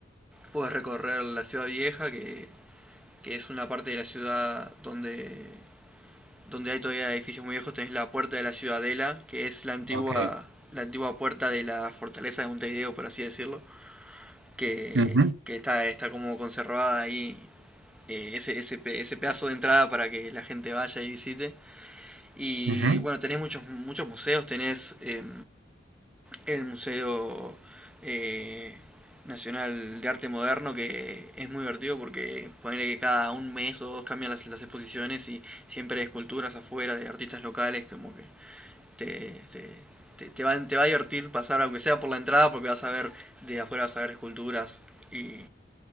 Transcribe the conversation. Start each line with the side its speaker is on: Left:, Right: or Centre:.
Centre: puedes recorrer la ciudad vieja, que, que es una parte de la ciudad donde, donde hay todavía edificios muy viejos. Tenés la puerta de la ciudadela, que es la antigua,
Right: Ok.
Centre: la antigua puerta de la fortaleza de Montevideo, por así decirlo, que,
Right: ujú,
Centre: que está, está como conservada ahí eh, ese, ese, ese pedazo de entrada para que la gente vaya y visite. Y
Right: ujú,
Centre: bueno, tenés muchos, muchos museos, tenés em, el Museo eh, Nacional de Arte Moderno, que es muy divertido porque ponerle que cada un mes o dos cambian las, las exposiciones y siempre hay esculturas afuera de artistas locales, como que te, te, te, te va, te va a divertir pasar, aunque sea por la entrada, porque vas a ver de afuera, vas a ver esculturas y,